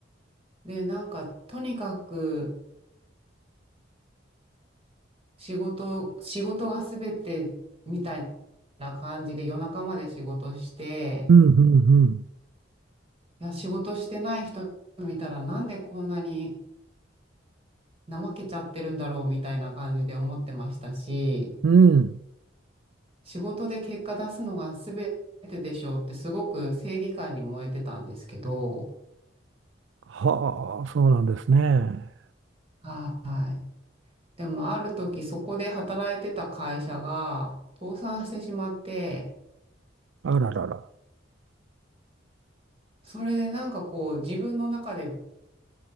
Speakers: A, on the right; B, on the right.
A: で、なんか、とにかく、仕事、仕事が全てみたいな感じで夜中まで仕事して、
B: うんうん
A: いや、仕事してない人見たらなんでこんなに怠けちゃってるんだろうみたいな感じで思ってましたし、
B: うん。うん。
A: 仕事で結果出すのが全てでしょうってすごく正義感に燃えてたんですけど、
B: はあ、そうなんですね。
A: はい。でもある時そこで働いてた会社が倒産してしまって、
B: あららら。
A: それでなんかこう自分の中で